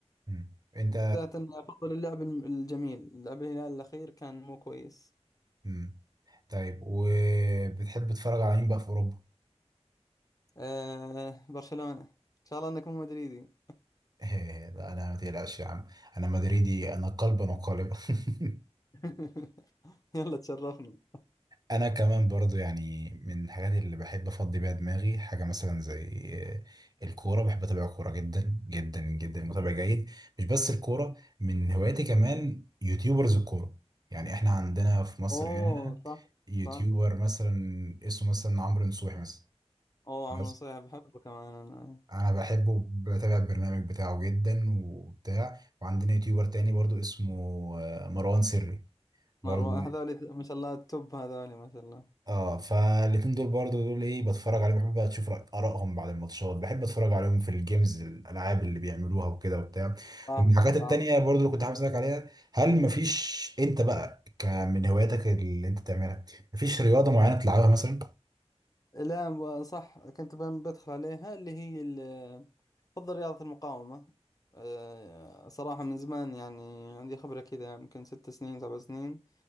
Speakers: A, on the right; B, on the left.
A: امم انت
B: بالذات أن أفضل اللعب الم- الجميل لعب الهلال الأخير كان مو كويس
A: امم طيب وبتحب تتفرج على مين بقى في اوروبا؟
B: أه برشلونة إن شاء الله أنك مو مدريدي
A: <laughs> لا انا ما تقلقش يا عم انا مدريدي انا قلبا وقالبا <laughs>
B: <laughs> يلا تشرفنا
A: انا كمان برضو يعني من الحاجات اللي بحب افضي بيها دماغي حاجه مثلا زي الكوره بحب اتابع الكوره جدا جدا جدا متابع جيد مش بس الكوره من هواياتي كمان يوتيوبرز الكوره يعني احنا عندنا في مصر
B: اوه
A: هنا
B: صح
A: يوتيوبر
B: صح
A: مثلا اسمه مثلا عمرو نصوحي مثلا
B: اوه عمرو
A: خلاص
B: نصيحة بحبه كمان انا
A: انا بحبه بتابع البرنامج بتاعه جدا وبتاع وعندنا يوتيوبر تاني برضو اسمه آه، مروان سري برضو
B: مروان هذولي ما شاء الله التوب هذولي ما شاء الله
A: اه فالاتنين دول برضو دول ايه بتفرج عليهم بحب بقى اشوف رأي- ارائهم بعد الماتشات بحب اتفرج عليهم في الجيمز الالعاب اللي بيعملوها وكده وبتاع
B: صح
A: ومن الحاجات التانية
B: صح
A: برضو اللي كنت حابب اسالك عليها هل مفيش انت بقى ك- من هواياتك اللي انت بتعملها مفيش رياضة معينة بتلعبها مثلا
B: لا و- صح كنت بم- بدخل عليها اللي هي ال- بفضل رياضة المقاومة أه، صراحة من زمان يعني عندي خبرة كذا يمكن ست سنين سبع سنين